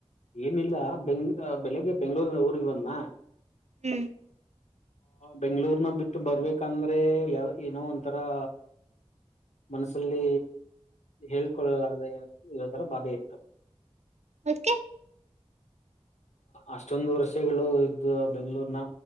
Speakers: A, on the left; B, on the right.
A: ಏನಿಲ್ಲ ಬೆಂಗ್ ಬೆಳಿಗ್ಗೆ ಬೆಂಗ್ಳೂರಿನ ಊರಿಗೆ ಬಂದ
B: ಹ್ಮ್
A: ಬೆಂಗ್ಗಳೂರ್ನ ಬಿಟ್ಟು ಬರ್ಬೇಕಂದ್ರೆ ಯಾವ ಏನೋ ಒಂಂತರಾ ಮನಸ್ಸಲ್ಲಿ ಹೇಳ್ಕೊಳ್ಳದ ಇರೋ ತರ ಬಾಧೆ ಇತ್ತು <inaudible>
B: ದಕೆ <unintelligible>
A: ಅಷ್ಟೊಂದು ವರ್ಷಗಳು ಇದ್ದ ಬೆಂಗ್ಳೂರ್ನ